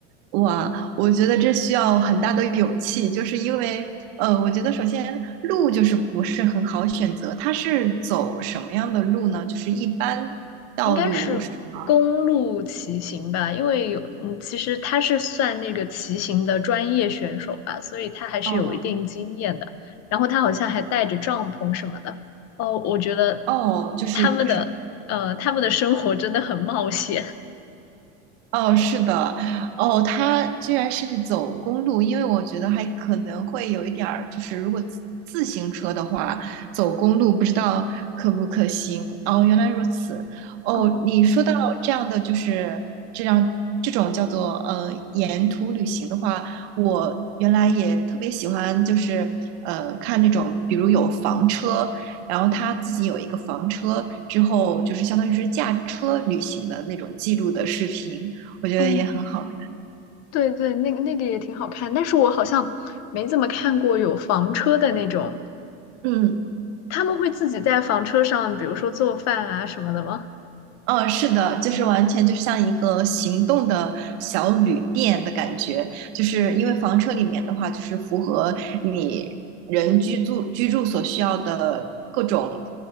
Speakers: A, on the right (about 70°); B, on the left (about 50°).
A: 哇，我觉得这需要很大的勇气，就是因为，呃，我觉得首先路就是不是很好选择，他是走什么样的路呢？就是一般道路是吗？
B: 应该是公路骑行吧，因为有，嗯，其实他是算那个骑行的专业选手吧，所以他还是有一定经验的。
A: 哦
B: 然后他好像还带着帐篷什么的。哦，我觉得
A: 哦，就是有的
B: 他们的，呃，他们的生活真的很冒险。
A: 哦，是的，哦，他居然是走公路，因为我觉得还可能会有一点儿，就是如果自自行车的话，走公路不知道可不可行。哦，原来如此。哦，
B: 哦，
A: 你说到这样的，就是这样这种叫做呃沿途旅行的话，我原来也特别喜欢，就是呃看那种，比如有房车，然后他自己有一个房车，之后就是相当于是驾车旅行的那种记录的视频。我觉得也很好。
B: 哦，对对，那个那个也挺好看，但是我好像没怎么看过有房车的那种，
A: 嗯，
B: 他们会自己在房车上，比如说做饭啊什么的吗？
A: 嗯，是的，就是完全就像一个行动的小旅店的感觉，就是因为房车里面的话，就是符合你人居住居住所需要的各种